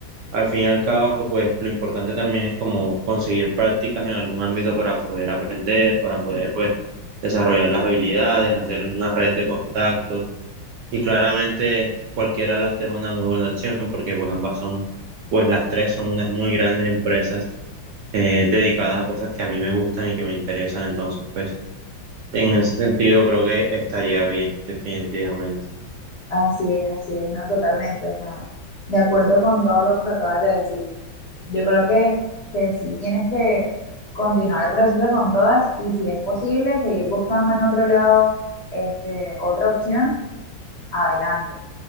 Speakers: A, on the right; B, on the left.
A: Al fin y al cabo, pues lo importante también es como conseguir prácticas en algún ámbito para poder aprender, para poder pues desarrollar las habilidades, hacer una red de contactos. Y claramente cualquiera de las tres es una muy buena opción porque pues ambas son, pues las tres son unas muy grandes empresas eh, dedicadas a cosas que a mí me gustan y que me interesan. Entonces, pues en ese sentido creo que estaría bien, definitivamente.
B: Así es, así es, ¿no? Totalmente. O sea, de acuerdo con todo lo que acabas de decir. Yo creo que, que sí tienes que continuar el proceso con todas y si es posible, seguir buscando en otro lado este, otra opción, adelante.